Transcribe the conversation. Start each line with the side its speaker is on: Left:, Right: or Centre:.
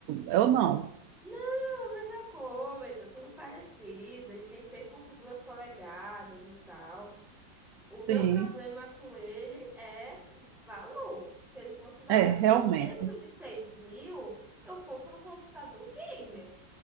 Right: Eu não.
Centre: Não, a mesma coisa, tudo parecido. Ele tem 6,2 polegadas e tal. O
Right: Sim,
Centre: meu problema com ele é valor. Se ele fosse barato,
Right: é, realmente.
Centre: porque o preço de seis mil, eu compro um computador gamer.